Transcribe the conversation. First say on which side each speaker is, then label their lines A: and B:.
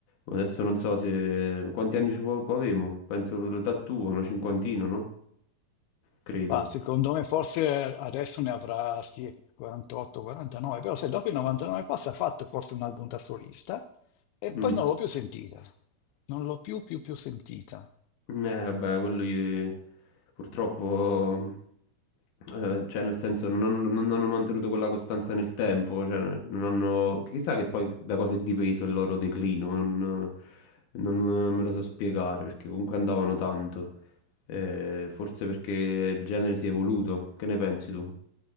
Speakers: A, on the left; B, on the left.
A: Adesso non so se... Quanti anni ci po- po' avevo? Penso l'età tua, una cinquantina, no? Credo.
B: Ma secondo me forse adesso ne avrà sì, 48, 49, però se dopo i 99 posti ha fatto forse un album da solista e poi
A: Mm.
B: non l'ho più sentita. Non l'ho più più più sentita.
A: Eh, vabbè, quello gli- purtroppo, eh, cioè nel senso non hanno, non hanno mantenuto quella costanza nel tempo, cioè non hanno, chissà che poi da cosa è dipeso il loro declino, non, non me lo so spiegare perché comunque andavano tanto, Eh, forse perché il genere si è evoluto, che ne pensi tu?